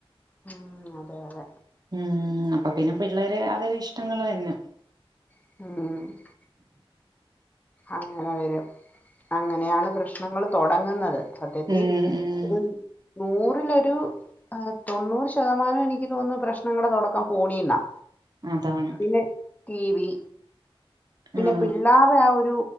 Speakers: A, on the left (about 15°); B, on the right (about 45°).
A: ഉം അതെ അതെ
B: ഉ അപ്പൊ പിന്നെ പിള്ളേരെ അവരെ ഇഷ്ടങ്ങള് തന്നെ
A: ഉം അങ്ങനെ വരും അങ്ങനെയാണ് പ്രശ്നങ്ങള് തൊടങ്ങുന്നത് സത്യത്തി
B: ഉം ഉം
A: ഒരു നൂറിലൊരു ആ തൊണ്ണൂറ് ശതമാനം എനിക്ക് തോന്നുന്നു പ്രശ്നങ്ങടെ തൊടക്കം ഫോണീന്നാ
B: അതാണ്
A: പിന്നെ ടി വി പിന്നെ
B: ആഹ്
A: പിള്ളരെ ആ ഒരു